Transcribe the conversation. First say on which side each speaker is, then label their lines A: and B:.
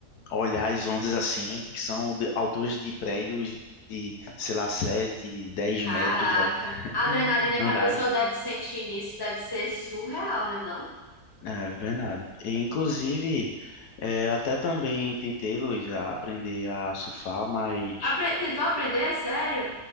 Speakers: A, on the left (about 80°); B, on the left (about 15°).
A: olhar as ondas assim, que são de alturas de prédios de, sei lá, 7 10
B: Caraca,
A: metros de altura,
B: a adrenalina
A: andares.
B: que a pessoa deve sentir nisso deve ser surreal, né, não?
A: É verdade. E, inclusive, é, eu até também tentei, Luiz, a aprender a surfar, mas
B: Apre- Tentou aprender, sério?